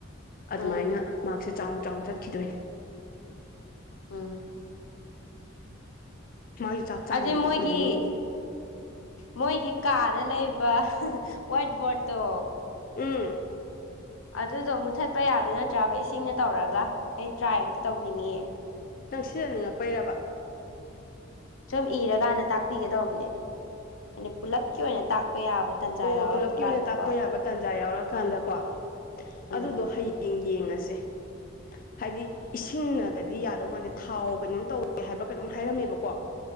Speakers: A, on the left; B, on the left.
A: ꯑꯗꯨꯃꯥꯏꯅ
B: ꯎꯝ
A: ꯃꯥꯔꯛꯁꯦ ꯆꯥꯎ ꯆꯥꯎꯅ ꯆꯠꯈꯤꯗꯣꯏꯅꯦ
B: ꯎꯝ
A: <unintelligible>
B: ꯑꯗꯩ ꯃꯣꯏꯒꯤ
A: ꯑꯣꯏꯗꯣꯏꯅꯤ ꯃꯣꯏꯁꯨ
B: ꯃꯣꯏꯒꯤ ꯀꯥꯗ ꯂꯩꯕ ꯋꯥꯏꯠ ꯕꯣꯔꯠꯇꯣ
A: ꯎꯝ
B: ꯑꯗꯨꯗꯣ ꯃꯨꯊꯠꯄ ꯌꯥꯗꯣꯏ ꯅꯠꯇ꯭ꯔꯥꯕ ꯏꯁꯤꯡꯅ ꯇꯧꯔꯒꯥ ꯑꯩ ꯇ꯭ꯔꯥꯏ ꯑꯝꯇꯥ ꯇꯧꯅꯤꯡꯉꯤꯌꯦ
A: ꯅꯪ ꯁꯤꯌꯥꯅꯤꯡꯉꯛꯄꯩꯔꯕ
B: ꯁꯨꯝ ꯏꯔꯀꯥꯟꯗꯥ ꯇꯥꯛꯄꯤꯒꯦ ꯗꯧꯕꯅꯤꯗꯥ ꯏꯅ ꯄꯨꯂꯞꯀꯤ ꯑꯣꯏꯅ ꯇꯥꯛꯄ ꯌꯥꯕ ꯇꯥꯟꯖꯥ
A: ꯑꯣ
B: ꯌꯥꯎꯔꯛꯄ
A: ꯄꯨꯜꯂꯞꯀꯤ ꯑꯣꯏꯅ
B: ꯀꯥꯟꯗꯀꯣ
A: ꯇꯥꯛꯄ ꯌꯥꯕ ꯇꯥꯟꯖꯥ ꯌꯥꯎꯔꯀꯥꯟꯗꯀꯣ
B: ꯎꯝ
A: ꯑꯗꯨꯗꯣ ꯍꯩ ꯌꯦꯡ ꯌꯦꯡꯉꯁꯦ ꯍꯥꯏꯗꯤ ꯏꯁꯤꯡꯅꯒꯥꯗꯤ ꯌꯥꯗꯧ ꯃꯥꯟꯗꯦ ꯊꯥꯎ ꯀꯩꯅꯣꯝ ꯇꯧꯋꯦ ꯍꯥꯏꯕ꯭ꯔꯥ ꯀꯩꯅꯣꯝ ꯍꯥꯏꯔꯝꯃꯦꯕꯀꯣ